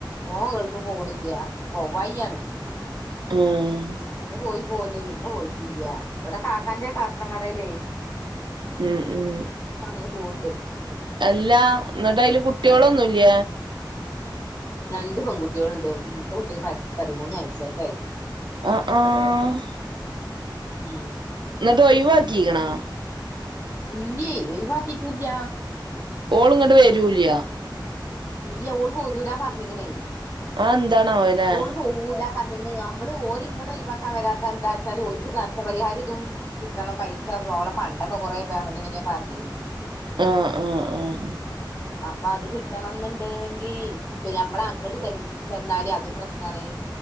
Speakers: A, on the left; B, on the right.
A: ഓൻ ഗൾഫ് പോണില്ലാ പോ വയ്യ
B: ഏഹ്
A: ഒന്ന് പോയി പോന്നു പിന്നെ പോയിട്ടില്ല ഇവിടെ കാക്കാന്റെൊക്ക കാർട്ടൻ കടല്ലേ
B: ഉം ഉം
A: പ്പം അങ്ങനെ പോവണ്ട്
B: അല്ല എന്നിട്ട് അതില് കുട്ടികളൊന്നുംല്ല
A: രണ്ട് പെൺുട്ടികളുണ്ട് മുത്തെ കുട്ടികൾ പ പതിമൂന്ന് വയസ്സായിട്ടായിരുന്നു
B: ആഹ് ആഹ്
A: ഉം
B: എന്നിട്ട് ഒഴിവാക്കിക്കണേ
A: ഇല്ലേ ഒഴിവാക്കിട്ടൂല്ല
B: ഓള്ങ്ങട്ട് വരൂല്ല
A: ഇല്ല ഓൾ പോരൂല പറഞ്ഞിക്കണേ
B: അതെന്താണാവോല്ലേ
A: ഓള് പോവൂല പറഞ്ഞിക്കുന്നത് നമ്മള് ഓരി ഇങ്ങടും വാക്കൻ വരാത്ത എന്താ വച്ചാൽ ഒല്ക്ക് നഷ്ടപരിഹാരം ഇതും കിട്ടണം പൈസെ പണ്ടൊക്കെ കുറെ ബാ ഇങ്ങനൊക്കെ ആക്കിണ്ട്
B: ആഹ് ആഹ് ആഹ്
A: അപ്പൊ അത് കിട്ടണംന്നുണ്ടെങ്കി മ്മള അങ്ങോട്ട് ചെന്നാല് അതും പ്രശ്നാണ്